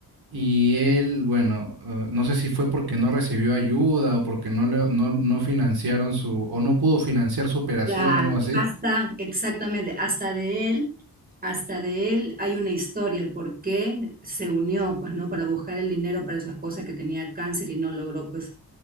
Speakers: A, on the right; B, on the right.
A: y él, bueno, eh, no sé si fue porque no recibió ayuda o porque no, le- no, no financiaron su, o no pudo financiar su operación,
B: Claro,
A: algo así.
B: hasta, exactamente, hasta de él, hasta de él hay una historia, el por qué se unió, pues, ¿no? Para buscar el dinero para su esposa que tenía cáncer y no logró, pues,